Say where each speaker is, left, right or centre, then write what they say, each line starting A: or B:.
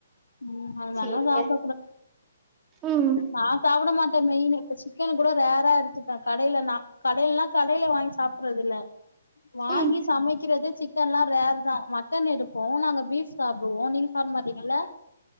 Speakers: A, on the left; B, on the right.
A: ம் அது
B: சேரிங்க
A: நல்லா சாப்
B: ம்
A: நா சாப்பிட மாட்டே மெயி இப்ப சிக்கன் கூட ரேரா எடுத்து கடல கடயனா கடில வாங்கி சாப்படறது இல்ல வாங்கி
B: ம்
A: சமக்கிறதே சிக் சிக்கன்லா ரேரு தா மட்டன் எடுப்போ நாங்க பீப் சாப்படுவோ நீங்க சாப்பட மாட்டீங்கல